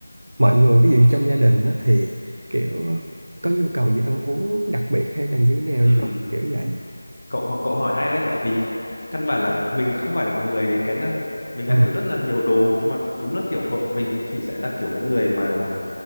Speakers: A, on the right; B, on the left.
A: mọi người ví dụ trong gia đình á, thì kiểu có nhu cầu gì ăn uống đặc biệt hay là như thế nào
B: Ừ,
A: hay không? Kiểu vậy.
B: cậu hỏi- cậu hỏi hay đấy tại vì căn bản là mình không phải là một người kén ăn. Mình
A: Ờ.
B: ăn được rất là nhiều đồ nhưng mà đúng là kiểu vợ mình ấy thì sẽ là kiểu cái người mà